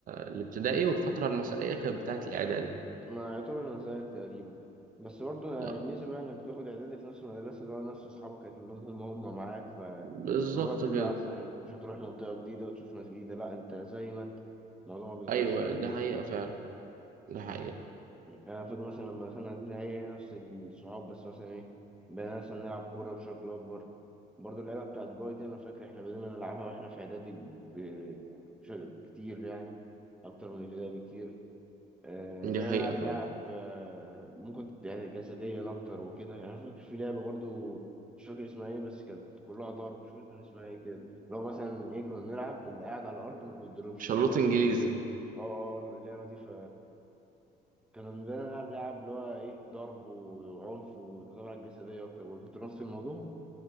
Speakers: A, on the right; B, in the centre.
A: الابتدائي والفترة المسائية كانت بتاعة الإعدادي
B: ما يعتبر انا زيك تقريبا بس برضو الميزة
A: لا
B: بقى انك بتاخد اعدادي في نفس المدرسة اللي هو نفس اصحابك هيتمهم هم هم معاك فالموضوع
A: بالظبط
B: بيبقى
A: كده
B: احسن يعني مش هتروح منطقة جديدة وتشوف ناس جديدة لا انت زي ما انت الموضوع ما بيتغيرش
A: أيوه
B: كتير
A: دي حقيقة فعلا دي حقيقة
B: يعني أنا فاكر مثلا لما دخلنا إعدادي هي نفس الصحاب بس مثلا إيه بدأنا مثلا نلعب كورة بشكل أكبر برضه اللعبة بتاعت جوي دي أنا فاكر إحنا بدأنا نلعبها وإحنا في إعدادي ب- بشكل كتير يعني أكتر من ابتدائي بكتير آه، بدأنا
A: دي حقيقة
B: نلعب
A: فعلا
B: لعب آه، ممكن تبقى جسديا أكتر وكده يعني أنا فاكر في لعبة برضه مش فاكر اسمها إيه بس كانت كلها ضرب مش فاكر كان اسمها إيه كده اللي هو مثلا إيه كنا بنلعب اللي قاعد على الأرض ما بيتضربش
A: شلوت
B: واللي واقف
A: انجليزي
B: بيتضرب اه اه آه، اللعبة دي ف كانوا بنلعب نلعب لعب اللي هو ايه ضرب وعنف وطبعا جسدية أكتر برضه أنت نفس الموضوع؟